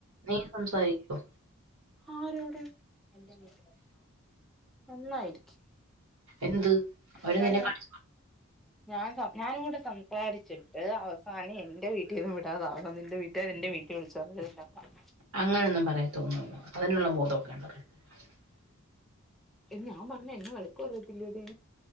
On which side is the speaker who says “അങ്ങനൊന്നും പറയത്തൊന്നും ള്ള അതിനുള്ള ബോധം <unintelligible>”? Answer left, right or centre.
Right